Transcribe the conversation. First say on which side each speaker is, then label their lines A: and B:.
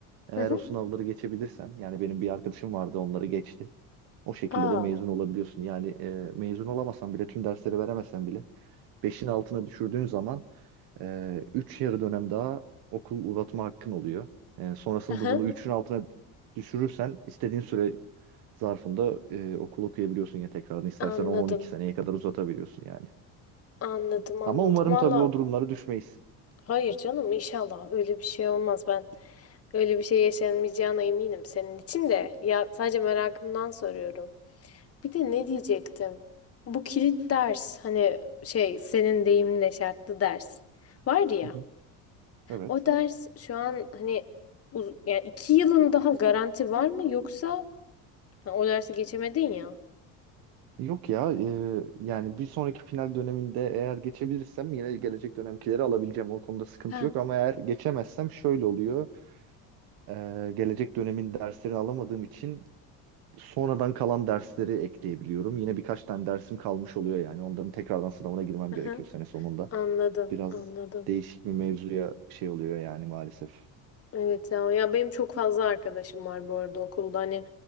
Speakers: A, on the right; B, on the left.
A: Eğer
B: Hı hı.
A: o sınavları geçebilirsen yani benim bir arkadaşım vardı onları geçti. O şekilde
B: Aa.
A: de mezun olabiliyorsun. Yani e, mezun olamasan bile tüm dersleri veremesen bile beşin altına düşürdüğün zaman ee, üç yarı dönem daha okul uzatma hakkın oluyor. Ee, sonrasında
B: Hı hı.
A: da bunu üçün altına düşürürsen istediğin süre zarfında e, okul okuyabiliyorsun ya tekrardan. İstersen
B: Anladım.
A: on-on iki seneye kadar uzatabiliyorsun yani.
B: Anladım anladım.
A: Ama umarım
B: Valla
A: tabii o durumlara düşmeyiz.
B: hayır canım inşallah öyle bir şey olmaz ben. Öyle bir şey yaşanmayacağına eminim senin için de. Ya sadece merakımdan soruyorum. Bir de ne diyecektim? Bu kilit ders hani şey senin deyiminle şartlı ders var ya.
A: Hı hı. Evet.
B: O ders şu an hani uz- yani iki yılın daha garanti var mı yoksa ha, o dersi geçemedin ya.
A: Yok ya e, yani bir sonraki final döneminde eğer geçebilirsem yine gelecek dönemkileri alabileceğim o konuda sıkıntı
B: Ha.
A: yok ama eğer geçemezsem şöyle oluyor E, gelecek dönemin derslerini alamadığım için sonradan kalan dersleri ekleyebiliyorum yine birkaç tane dersim kalmış oluyor yani onların tekrardan sınavına girmem
B: Hı
A: gerekiyor
B: hı.
A: sene sonunda
B: Anladım
A: biraz
B: anladım.
A: değişik bir mevzuya şey oluyor yani maalesef.
B: Evet ya, ya benim çok fazla arkadaşım var bu arada okulda hani